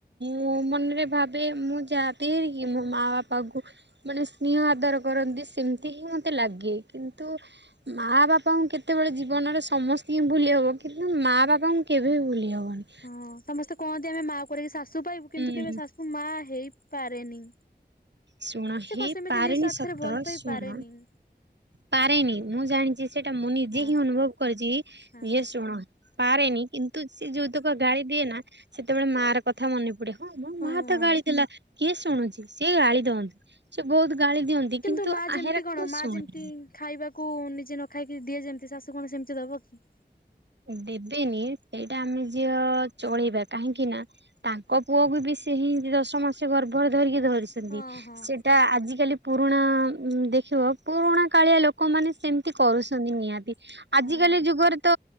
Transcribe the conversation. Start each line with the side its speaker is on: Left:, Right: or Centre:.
Right: ମୁଁ ମନରେ ଭାବେ ମୁଁ ଯାହା ଦିଏ ଇଏ ମୋ ମା ବାପା କୁ ମାନେ ସ୍ନିହ ଆଦର କରନ୍ତି ସେମିତି ହିଁ ମତେ ଲାଗେ କିନ୍ତୁ ମାଆ ବାପାଙ୍କୁ କେତେବେଳେ ଜୀବନରେ ସମସ୍ତିଙ୍କୁ ଭୁଲି ହେବ କିନ୍ତୁ ମା ବାପାଙ୍କୁ କେବେ ବି ଭୁଲି ହେବନି।
Left: ହଁ ସମସ୍ତେ କହନ୍ତି ଆମେ ମା ପରିକି ଶାଶୁ ପାଇବୁ କିନ୍ତୁ
Right: ହୁଁ
Left: କେବେ ଶାଶୁ ମା ହେଇ-ପାରେନି।
Right: ଶୁଣ
Left: ସେ
Right: ହେଇପାରେନି
Left: କଁ ସେମିତି ନି ସ୍ୱାର୍ଥରେ
Right: ସତ
Left: ଭଲ ପାଇ
Right: ଶୁଣ
Left: ପାରେନି।
Right: ପାରେନି ମୁଁ ଜାଣିଛି ସେଇଟା ମୁଁ ନିଜେ
Left: ହଁ
Right: ହିଁ ଅନୁଭବ କରିଛି
Left: ହଁ
Right: ଇଏ ଶୁଣ ପାରେନି କିନ୍ତୁ ସେ ଯୋଉତକ ଗାଳି ଦିଏ ନା ସେତେବେଳେ ମା ର କଥା ମନେ ପଡେ। ହଁ ମୋ
Left: ହଁ।
Right: ମା ତ ଗାଳି ଦେଲା କିଏ ଶୁଣୁଛି ସିଏ ଗାଳି ଦଅନ୍ତି ସେ ବହୁତ ଗାଳି ଦିଅନ୍ତି।
Left: କିନ୍ତୁ ମା ଯେମିତି
Right: ଆହେରା କିନ୍ତୁ
Left: କଣ ମା
Right: ଶୁଣେନି।
Left: ଯେମିତି ଖାଇବାକୁ ନିଜେ ନ ଖାଇକି ଦିଏ ଯେମିତି ଶାଶୁ କଣ ସେମିତି ଦବ କି?
Right: ଦେବେନି ଏଇଟା ଆମେ ଝିଅ ଚଳେଇବା କାହିଁକି ନା ତାଙ୍କ ପୁଅକୁ ବି ସେ ହିଁ ଦଶ ମାସ ଗର୍ଭରେ ଧରିକି ଧରିଛନ୍ତି
Left: ହଁ ହଁ
Right: ସେଟା ଆଜିିକାଲି ପୁରୁଣା ଦେଖିବ ପୁରୁଣା କାଳିଆ ଲୋକମାନେ ସେମିତି କରୁଛନ୍ତି ନିହାତି। ଆଜିକାଲି
Left: ହଁ
Right: ଯୁଗରେ ତ